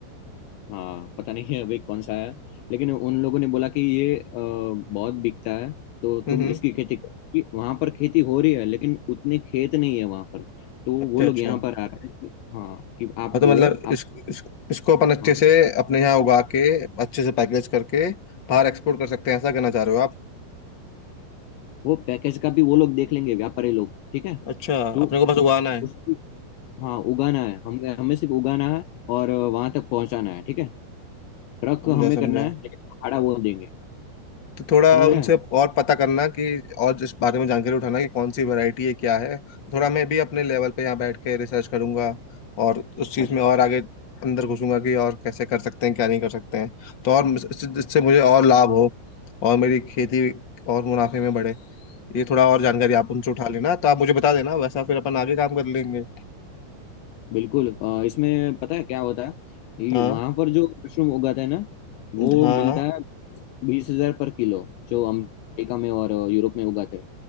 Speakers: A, on the left; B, on the left.
A: हाँ पता नहीं अभी कौन सा आया लेकिन उन लोगों ने बोला कि ये अ, बहुत बिकता है तो
B: हम्म
A: तुम
B: हम्म,
A: इसकी खेती करो वहां पर खेती हो रही है लेकिन उतने खेत नहीं है वहां पर तो
B: अच्छा
A: वो लोग
B: अच्छा
A: यहाँ पर आ रहे हैं कि, हाँ कि आप
B: हाँ तो
A: वो
B: मतलब
A: आप
B: इस, इस, इसको अपन अच्छे
A: हाँ
B: से अपने यहाँ उगा के अच्छे से पैकेज करके बाहर एक्सपोर्ट कर सकते हैं ऐसा कहना चाह रहे हो आप
A: वो पैकेज का भी वो लोग देख लेंगे व्यापारी लोग ठीक है
B: अच्छा
A: तो
B: अपने को बस
A: इस-
B: उगाना है
A: उसकी हाँ उगाना है हम हमें सिर्फ उगाना है और वहां तक पहुंचाना है ठीक है ट्रक
B: समझा
A: हमें
B: समझा
A: करना है लेकिन भाड़ा वो देंगे
B: तो थोड़ा
A: समझ
B: उनसे
A: रहे हैं
B: और पता करना कि और इस बारे में जानकारी उठाना कि कौन सी वैरायटी है क्या है थोड़ा मैं भी अपने लेवल पे यहाँ बैठ के रिसर्च करूंगा और उस चीज़
A: अच्छा
B: में और आगे अंदर घुसूंगा कि और कैसे कर सकते हैं क्या नहीं कर सकते हैं तो और इससे इससे मुझे और लाभ हो और मेरी खेती और मुनाफे में बढ़े ये थोड़ा और जानकारी आप उनसे उठा लेना तो आप मुझे बता देना वैसा फिर अपन आगे काम कर लेंगे
A: बिल्कुल अ, इसमें पता है क्या होता है ये
B: हाँ
A: वहां पर जो मशरूम उगाते हैं ना वो
B: हाँ
A: मिलता
B: हाँ,
A: है बीस हजार पर किलो जो अमेरिका में और यूरोप में उगाते हैं